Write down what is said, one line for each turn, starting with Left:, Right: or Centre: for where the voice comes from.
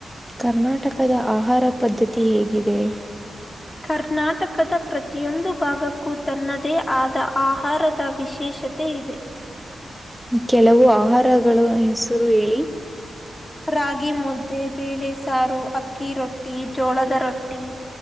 Centre: ಕರ್ನಾಟಕದ ಆಹಾರ ಪದ್ಧತಿ ಹೇಗಿದೆ
Left: ಕರ್ನಾಟಕದ ಪ್ರತಿಯೊಂದು ಭಾಗಕ್ಕೂ ತನ್ನದೇ ಆದ ಆಹಾರದ ವಿಶೇಷತೆ ಇದೆ
Centre: ಕೆಲವು ಆಹಾರಗಳು ಹೆಸರು ಹೇಳಿ
Left: ರಾಗಿ ಮುದ್ದೆ ಬೇಳೆ ಸಾರು ಅಕ್ಕಿ ರೊಟ್ಟಿ ಜೋಳದ ರೊಟ್ಟಿ